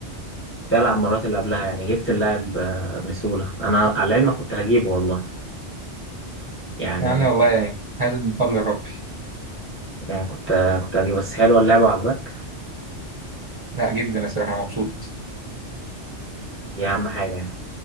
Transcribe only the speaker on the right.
يعني والله يعني هذا من فضل ربي
لا جدا الصراحه انا مبسوط